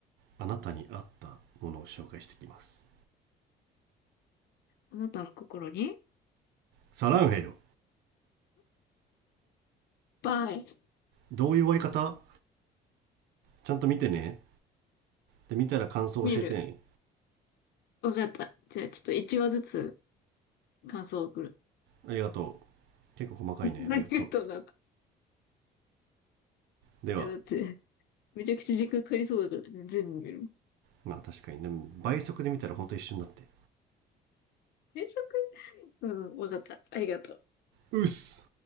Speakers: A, on the right (about 85°); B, on the left (about 75°).
A: あなたに合ったものを紹介していきます。
B: あなたの心に
A: サランヘよ。
B: ぱい
A: どういう終わり方ちゃんと見てね。で、見たら感想を教えてね。
B: 見る。わかった。じゃあ、ちょっと1話ずつ感想を送る。
A: ありがとう。結構細かいね。
B: <laughs> ありがとうな。
A: ありがとう。
B: い
A: では、
B: や、だって、めちゃくちゃ時間かかりそうだからね、全部見る。
A: まあ確かに、ね、倍速で見たらほんと一緒になって。
B: 原則うん、わかった。ありがとう。
A: うっす